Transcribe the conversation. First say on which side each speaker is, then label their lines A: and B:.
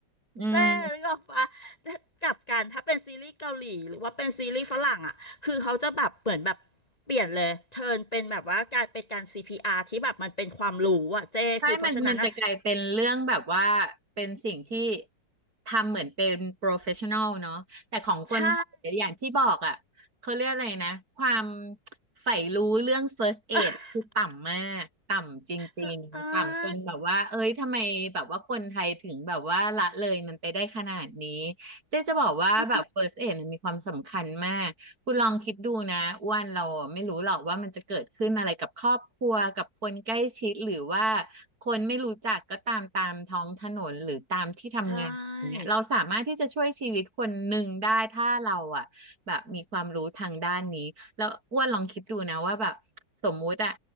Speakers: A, on the right; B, on the left.
A: อืม
B: เจ๊นึกออกปะแกลับกันถ้าเป็นซีรีส์เกาหลีหรือว่าเป็นซีรีส์ฝรั่งอ่ะคือเขาจะแบบเหมือนแบบเปลี่ยนเลยเทิร์นเป็นแบบว่ากลายเป็นการซีพีอาร์ที่แบบมันเป็นความรู้อ่ะเจ๊คือเพราะฉะนั้นอ่ะ
A: ใช่มันมันจะกลายเป็นเรื่องแบบว่า เป็นสิ่งที่ทำเหมือนเป็น professional เนาะแต่ของคนไทยอย่างที่บอกอ่ะเขาเรียกอะไรนะ
B: ใช่
A: ความใฝ่รู้เรื่อง first aid
B: <laughs>
A: คือต่ำมาก ต่ำจริงๆ
B: ใช่
A: ต่ำจนแบบว่า เอ้ยทำไมแบบว่าคนไทยถึงแบบว่าละเลยมันไปได้ขนาดนี้เจ๊จะบอกว่าแบบ
B: ใช่
A: first aid มันมีความสำคัญมาก คุณลองคิดดูนะอ้วนเราไม่รู้หรอกว่ามันจะเกิดขึ้นอะไรกับครอบครัวกับคนใกล้ชิดหรือว่าคนไม่รู้จักก็ตามตามท้องถนนหรือตามที่ทำงานอย่างเงี้ยเราสามารถที่จะช่วยชีวิตคนหนึ่งได้ถ้าเราอ่ะแบบมีความรู้ทางด้านนี้แล้วอ้วนลองคิดดูนะว่าแบบสมมุติอะ
B: ใช่